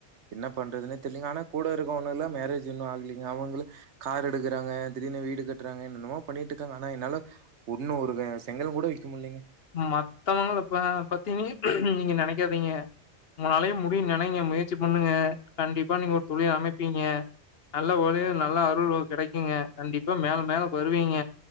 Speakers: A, on the right; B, on the left.
A: என்ன பண்றதுனே தெரிலங்க ஆனா கூட இருக்கவன்ன எல்லாம் மேரேஜ் இன்னும் ஆகலைங்க அவங்களுக்கு கார் எடுக்கறாங்க திடீர்னு வீடு கட்டுறாங்க என்னென்னமோ பண்ணிட்டு இருக்காங்க ஆனா என்னால ஒண்ணு ஒரு செங்கல் கூட விக்க முல்லிங்க
B: மத்தவங்கள பத்தி நீங்க நினைக்காதீங்க உங்கனாலயும் முடியு நினைங்க முயற்சி பண்ணுங்க கண்டிப்பா நீங்க ஒரு தொழில் அமைப்பீங்க நல்ல வழி நல்ல அருள் கிடைக்குங்க கண்டிப்பா மேல மேல வருவீங்க